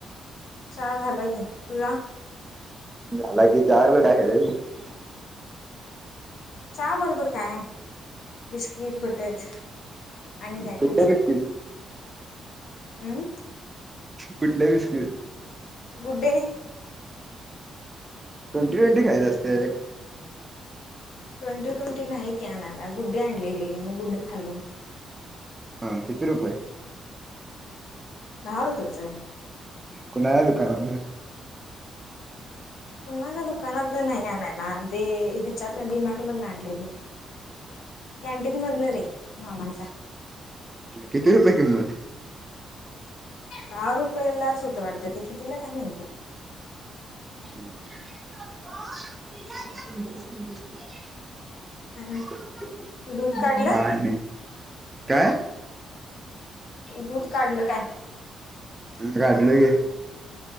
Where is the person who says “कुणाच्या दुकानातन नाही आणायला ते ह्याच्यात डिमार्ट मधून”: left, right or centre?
Left